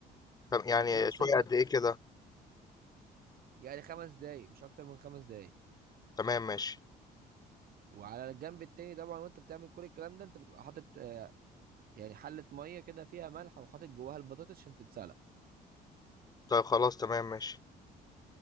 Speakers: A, on the left (about 20°); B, on the right (about 60°).
A: طب يعني
B: وفي نفس
A: شويه
B: الوقت
A: قد ايه كده
B: يعني خمس دقايق مش اكتر من خمس دقايق
A: تمام ماشي
B: وعلى الجنب التاني طبعا وانت بتعمل كل الكلام ده انت بتبقى حاطط آه، يعني حلة مية كده فيها ملح وحاطط جواها البطاطس عشان تتسلق
A: طيب خلاص تمام ماشي